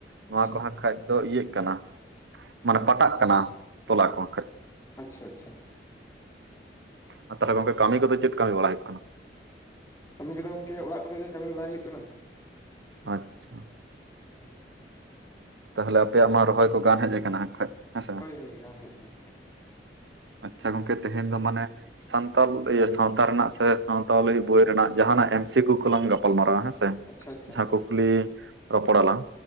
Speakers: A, on the right; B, on the left.
A: ᱱᱚᱣᱟ
B: ᱟᱪᱪᱷᱟ
A: ᱠᱚᱦᱚᱸ ᱠᱷᱟᱡ ᱫᱚ ᱤᱭᱟᱹᱜ ᱠᱟᱱᱟ ᱢᱟᱱᱮ ᱯᱟᱴᱟᱜ ᱠᱟᱱᱟ ᱛᱚᱞᱟ ᱠᱚ ᱠᱷᱟᱡ
B: ᱟᱪᱪᱷᱟ ᱟᱪᱪᱷᱟ
A: ᱟᱨ ᱛᱟᱦᱚᱞᱮ ᱜᱚᱝᱠᱮ ᱠᱟᱹᱢᱤ ᱠᱚᱫᱚ ᱪᱮᱫ ᱠᱟᱢᱤ ᱵᱟᱲᱟ ᱦᱩᱭᱩᱜ ᱠᱟᱱᱟ
B: ᱠᱟᱹᱢᱤ ᱜᱫᱚᱚ ᱜᱚᱝᱠᱮ ᱚᱲᱟᱜ ᱠᱚᱨᱮ ᱜᱮ ᱠᱟᱹᱢᱤ ᱵᱟᱟᱭ ᱦᱩᱭᱩᱜ ᱠᱟᱱᱟ?
A: ᱟᱪᱪᱷᱟ᱾
B: ᱦᱮᱸ
A: ᱛᱟᱦᱚᱞᱮ ᱟᱯᱮᱭᱟᱜ ᱢᱟ ᱨᱚᱦᱚᱭ ᱠᱚ ᱜᱟᱱ ᱦᱮᱡ ᱟᱠᱟᱱᱟ ᱠᱷᱟᱡ ᱦᱮᱸᱥᱮ
B: ᱦᱳᱭ ᱦᱳᱭ ᱜᱟᱱ ᱦᱮᱡ ᱟᱠᱟᱱᱟ
A: ᱟᱪᱪᱷᱟ ᱜᱚᱝᱠᱮ ᱛᱮᱦᱮᱧ ᱫᱚ ᱢᱟᱱᱮ ᱥᱟᱱᱛᱟᱞ ᱟᱭᱟ. ᱥᱟᱶᱛᱟ ᱨᱮᱱᱟᱜ ᱥᱮ ᱥᱟᱶᱛᱟᱞᱤ ᱵᱚᱭ ᱨᱮᱱᱟᱜ ᱡᱟᱦᱱᱟᱜ ᱮᱢ ᱥᱤ ᱠᱤᱭᱩ ᱠᱚᱞᱟᱝ ᱜᱟᱯᱟᱞᱢᱟᱨᱟᱣᱟ ᱦᱮᱸ
B: ᱟᱪᱪᱷᱟ ᱟᱪᱪᱷᱟ
A: ᱡᱟᱦᱟᱸ ᱠᱩᱠᱞᱤ
B: ᱦᱳᱭ ᱦᱳᱭ
A: ᱨᱚᱯᱚᱲ ᱟᱞᱟᱝ